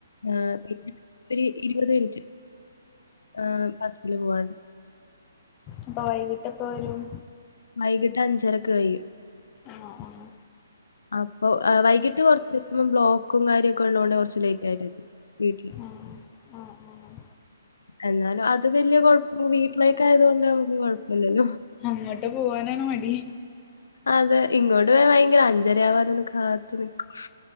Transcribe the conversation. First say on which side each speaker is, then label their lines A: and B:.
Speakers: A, on the left; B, on the left.
A: ആഹ് പിന്നെ ഇത്തിരി ഇരുപത് മിനിറ്റ് ആഹ് ബസ്സില് പോവാൻ
B: അപ്പൊ വൈകിട്ട് എപ്പ വരും?
A: വൈകിട്ട് അഞ്ചരക്ക് കഴിയും.
B: ആഹ് ആഹ്
A: അപ്പൊ വൈകിട്ട് കുറച്ച് എത്തുമ്പോ ബ്ലോക്കും കാര്യൊക്കെ ഉള്ളോണ്ട് കുറച്ച് ലേറ്റ് ആയിട്ടാ എത്തി വീട്ടില്
B: ആഹ് ആഹ് ആഹ്
A: എന്നാലും അ അത് വലിയ കുഴപ്പ വീട്ടിലേക്ക് ആയതോണ്ട് നമുക്കും കുഴപ്പില്ലല്ലോ.
B: അങ്ങോട്ട് പോവാനാണ് മടി.
A: അതെ ഇങ്ങോട് വേ ഭയങ്കര അഞ്ചര ആവാനൊന്ന് കാത്തു നിക്കും.